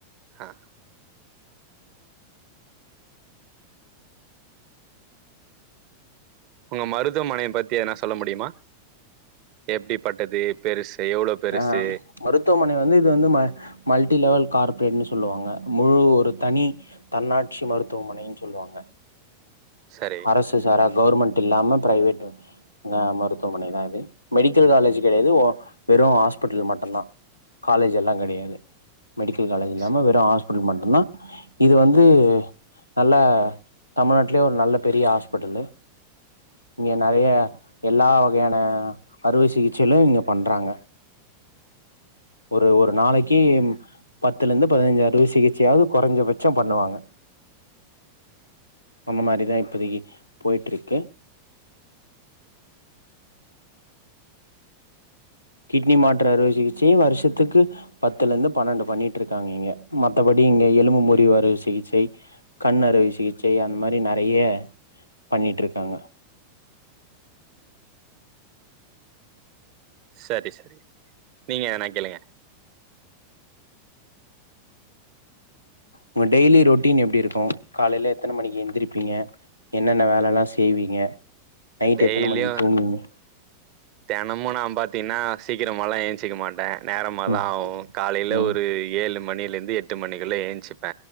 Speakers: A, on the right (about 40°); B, on the left (about 85°).
A: ஆ உங்க மருதுவமனைய பத்தி எதுனா சொல்ல முடியுமா எப்டிப்பட்டது பெருசே எவ்ளோ பெருசே
B: ஆ மருத்துவமனை வந்து இது வந்து ம மல்டி லெவல் கார்ப்பரேட்ன்னு சொல்லுவாங்க முழு ஒரு தனி தன்னாட்சி மருத்துவமனைன்னு சொல்லுவாங்க
A: சரி
B: அரசு சாரா கவுர்மெண்ட் இல்லாம பிரைவேட்டு னம் மருத்துவமனைதா இது மெடிக்கல் காலேஜ் கெடையாது ஓ வெறு ஹாஸ்பிட்டல் மட்டும்தா காலேஜ் எல்லா கெடையாது மெடிக்கல் காலேஜ் இல்லாம
A: ஸ்-
B: வெறு ஹாஸ்பிட்டல் மட்டு தா இது வந்து நல்ல தமிழ்நாட்டுலயே ஒரு நல்ல பெரிய ஹாஸ்பிட்டலு இங்க நறைய எல்லா வகையான அறுவை சிகிச்சையிலு இங்க பண்றாங்க ஒரு ஒரு நாளைக்கிம் பத்துல இருந்து பதினஞ்சி அறுவை சிகிச்சையாவது குறைஞ்சபட்சம் பண்ணுவாங்க அந்த மாரிதா இப்போதைக்கி போயிட்ருக்கு கிட்னி மாற்று அறுவை சிகிச்சை வருஷத்துக்கு பத்துல இருந்து பன்னண்டு பண்ணிட்டு இருக்காங்க இங்க மத்தபடி இங்க எலும்பு முறிவு அறுவை சிகிச்சை கண் அறுவை சிகிச்சை அந்த மாதிரி நெறைய பண்ணிட்டு இருக்காங்க
A: சரி சரி நீங்க ஏனா கேளுங்க
B: உங்க டெய்லி ரொட்டீன் எப்டி இருக்கு காலேல எத்தன மணிக்கு எந்திரிப்பீங்க என்னென்ன வேலல்லா செய்வீங்க நைட்
A: டெய்லியு
B: எத்தனை மணிக்கு தூங்குவீங்க
A: தெனமு நா பாத்தீங்னா சீக்கிரமாலா ஏஞ்சிக்க மாட்ட நேரமா
B: ம்
A: தா ஆகு காலேல
B: ம்
A: ஒரு ஏழு மணிலேருந்து எட்டு மணிக்குள்ள எஞ்சிப்